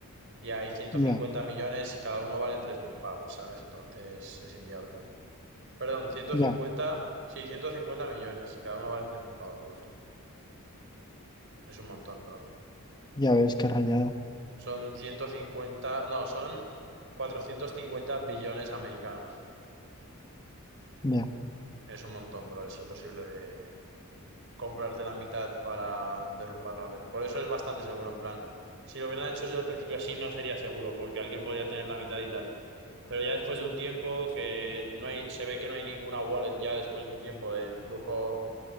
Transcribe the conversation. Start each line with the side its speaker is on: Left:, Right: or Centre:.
Right: y hay 150
Left: ya,
Right: millones y cada uno vale 3.000 pavos, ¿sabes? Entonces es inviable. Perdón, 150,
Left: ya.
Right: sí, 150 millones y cada uno vale 3.000 pavos, justo. Es un montón, bro.
Left: Ya ves qué rayado.
Right: Son 150, no, son 450 billones americanos.
Left: Ya.
Right: Es un montón, bro. Es imposible de, comprarte la mitad para derrumbar la red. Por eso es bastante seguro, en plan. Si lo hubieran hecho desde el principio así, no sería seguro, porque alguien podría tener la mitad y tal. Pero ya después de un tiempo que no hay, se ve que no hay ninguna wallet ya después de un tiempo del proof of